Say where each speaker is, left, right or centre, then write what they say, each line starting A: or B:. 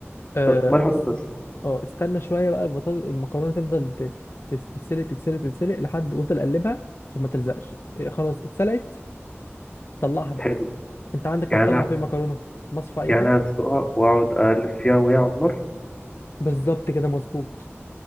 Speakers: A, on the left (about 60°); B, on the left (about 20°).
A: اه
B: طب ملح وزيت
A: اس-
B: بس
A: آه، استنى شويه بقى البطاطس المكرونه تفضل ت- تت- تتسلق تتسلق تتسلق لحد وافضل قلبها عشان ما تلزقش إيه، خلاص اتسلقت طلعها بقى
B: حلو
A: انت عندك تطلع
B: يعني أنا-
A: فين المكرونه مصفى اي
B: يعني
A: حاجه
B: أنا هسلقها واقعد اقلب فيها وهي على النار
A: بالظبط كده مظبوط